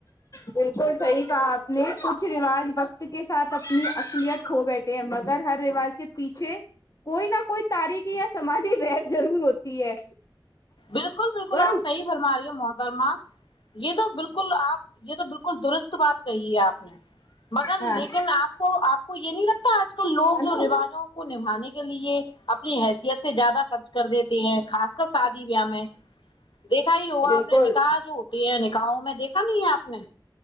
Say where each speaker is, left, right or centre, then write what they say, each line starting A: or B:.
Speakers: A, on the left (about 40°); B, on the left (about 75°).
A: بالکل صحیح کہ آپ نے کچھ رواج وقت کے ساتھ اپنی اصلیت کھو بیٹھے ہیں مگر ہر رواج کے پیچھے کوئی نہ کوئی تاریخی یا سماجی وحث ضرور ہوتی ہے
B: بالکل بالکل
A: گورو
B: آپ صح فرما رہی ہو موت برما یہ تو بالکل آپ یہ تو بالکل درست بات کہی ہے آپ نے مگر
A: ہاں
B: لیکن آپ کو آپ کو یہ نہیں لگتا آج کل لوگ
A: انو
B: جو رواجوں کو نبھانے کے لیے اپنی حیثیت سے زیادہ خرچ کر دیتے ہیں خاص کر س میں دیکھا ہی ہوگا
A: بالکل
B: آپ نے نکاح جو ہوتے ہیں نکاحوں میں دیکھا نہیں آپ نے